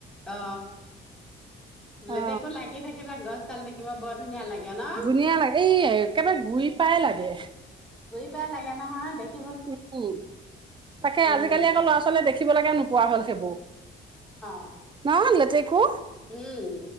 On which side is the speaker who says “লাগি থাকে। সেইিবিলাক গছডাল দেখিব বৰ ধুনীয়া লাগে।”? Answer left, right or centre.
Centre